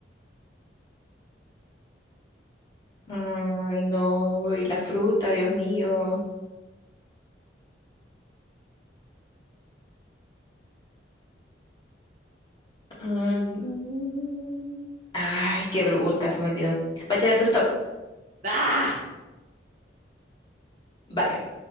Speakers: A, on the left (about 25°); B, on the right (about 40°).
A: Ay, no. Y la fruta, Dios mío. Ah,
B: mm.
A: mm. Ay, qué bruta, se me olvidó. Bachillerato, stop.
B: <gasps> ¡Ah!
A: Vaya.